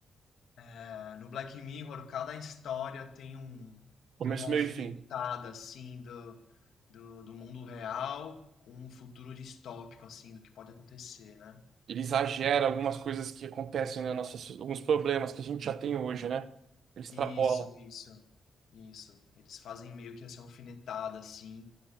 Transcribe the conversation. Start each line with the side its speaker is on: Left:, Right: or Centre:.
Left: É, no Black Mirror, cada história tem um
Right: Começo,
Left: tem uma
Right: meio
Left: alfinetada
Right: e fim.
Left: assim do, do, do mundo real com um futuro distópico assim do que pode acontecer, né?
Right: Ele exagera algumas coisas que acontecem na nossa, so- alguns problemas que a gente já tem hoje, né? Ele extrapola.
Left: Isso, isso, isso. Eles fazem meio que essa alfinetada assim